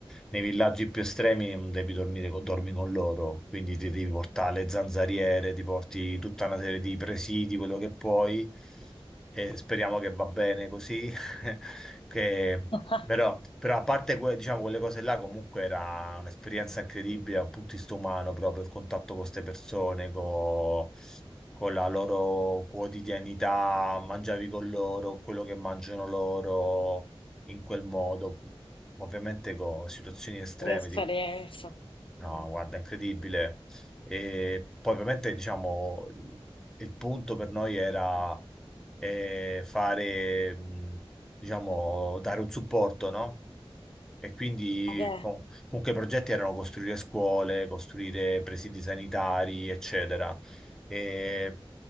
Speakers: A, in the centre; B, on the left.
A: nei villaggi più estremi mm, devi dormire, con- dormi con loro, quindi ti devi portare le zanzariere, ti porti tutta una serie di presidi, quello che puoi, e speriamo che va bene così. <laughs> che
B: <laughs>
A: però, però a parte que- diciamo, quelle cose là, comunque era un'esperienza incredibile dal punto di vista umano, proprio il contatto con queste persone, co- con la loro quotidianità, mangiavi con loro, quello che mangiano loro in quel modo, ovviamente con situazioni estreme.
B: un'esperienza.
A: tipo- No,
B: Mm.
A: guarda, incredibile. E poi ovviamente, diciamo, il il punto per noi era eh, fare, mh, diciamo, dare un supporto, no? E quindi
B: Vabbè,
A: co- comunque i progetti erano costruire scuole, costruire presidi sanitari, eccetera. E,